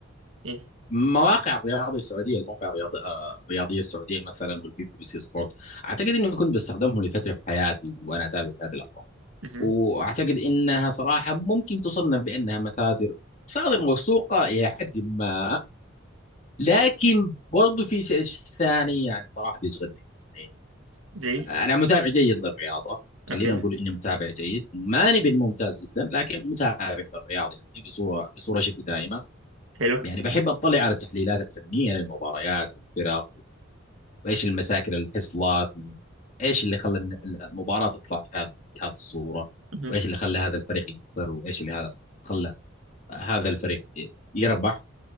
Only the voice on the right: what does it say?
إيه.
<laughs>
زي
اوكي
حلو
مهم.